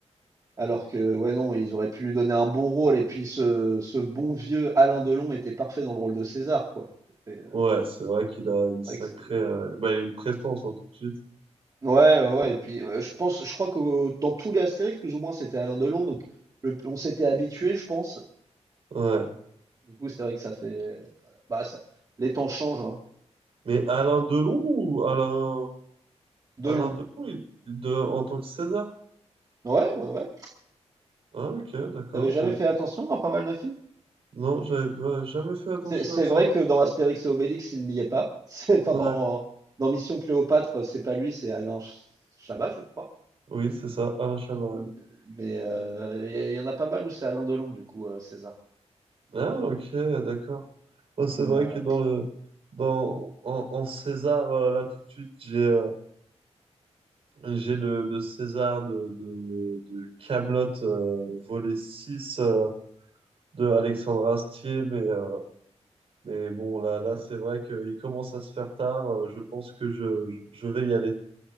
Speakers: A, on the right; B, on the right.
A: Alors que, ouais, non, ils auraient pu lui donner un bon rôle, et puis ce, ce bon vieux Alain Delon était parfait dans le rôle de César, quoi. C'était, euh,
B: Ouais, c'est vrai qu'il a une
A: C'est
B: sacrée,
A: vrai que
B: euh, bah, il a une prestance hein, tout de suite.
A: Ouais, ouais, ouais, et puis heu, je pense je crois que dans tous les Astérix, plus ou moins, c'était Alain Delon, donc le on s'était habitué, je pense.
B: Ouais.
A: Du coup, c'est vrai que ça fait bah, ça les temps changent, hein.
B: Mais Alain Delon ou Alain,
A: Delon.
B: Alain Delon, il- de, en tant que César?
A: Ouais, ouais, ouais.
B: Ah, ok, d'accord.
A: Tu
B: Je,
A: jamais fait attention dans pas mal de films?
B: non, j'avais j'avais jamais fait attention
A: C'est c'est
B: à ça.
A: vrai que dans Astérix et Obélix, il n'y est pas. <laughs> C'est enfin
B: Ouais.
A: dans dans Mission Cléopâtre, euh, c'est pas lui, c'est Alain Ch Chabat, je crois.
B: Oui, c'est ça, Alain Chabat.
A: M mais heu, il y a il y en a pas mal où c'est Alain Delon, du coup, heu, César.
B: Ah, ok, d'accord. Moi, c'est
A: Voilà.
B: vrai que dans le dans en, en César euh, là tout de suite, j'ai euh, j'ai le, le César de de, de Kaamelott euh, volet 6 euh, de Alexandre Astier mais euh, mais bon là là c'est vrai qu'il commence à se faire tard, euh, je pense que je, je je vais y aller.